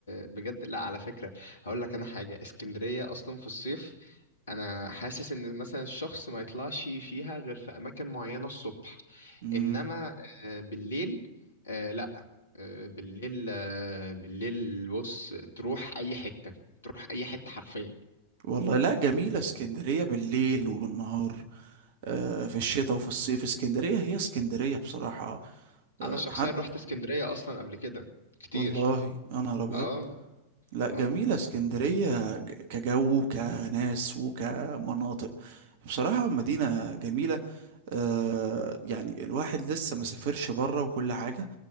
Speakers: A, on the left; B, on the right.
A: بجد لا على فكرة هقول لك انا حاجة اسكندرية اصلا في الصيف انا حاسس ان مثلا الشخص ما يطلعش فيها غير في اماكن معينة الصبح
B: مم.
A: انما آه، بالليل آه، لا آه، بالليل آه، بالليل بص تروح اي حتة تروح اي حتة حرفيا
B: والله لا جميلة اسكندرية بالليل وبالنهار آه في الشتاء وفي الصيف اسكندرية هي اسكندرية بصراحة آه
A: انا شخصيا
B: حد
A: رحت اسكندرية اصلا قبل كده كتير
B: والله انا ابيض
A: اه
B: لا جميلة
A: اه
B: اسكندرية ج- كجو كناس وكمناطق بصراحة مدينة جميلة آه يعني الواحد لسه ما سافرش بره وكل حاجة